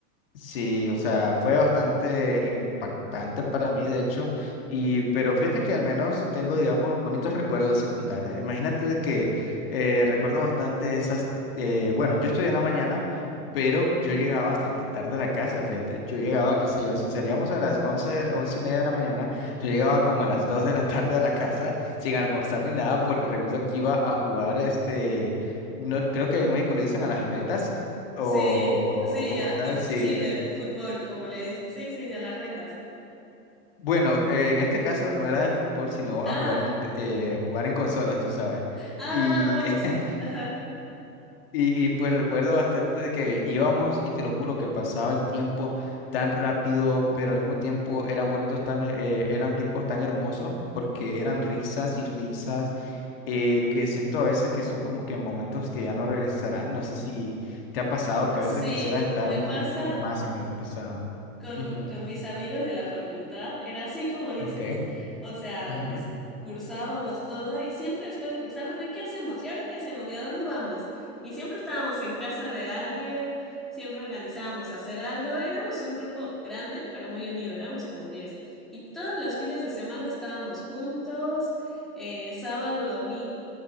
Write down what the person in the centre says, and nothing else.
Sí,
sí,
a-
de, fu-
sí, de fútbol, como le dice. Sí, sí, a las retas.
Ah,
ah,
bueno,
sí, ajá.
Sí,
me
pasa.
con,
con mis amigos de la facultad era así como dices,
o sea,
es- cursábamos todo y siempre después de cursar, bueno, ¿y qué hacemos? ¿Y ahora qué hacemos? ¿Y a dónde vamos? Y siempre estábamos en casa de alguien, siempre organizábamos hacer algo, éramos un grupo grande, pero muy unido, éramos como diez Y todos los fines de semana estábamos juntos, eh, sábado, domingo,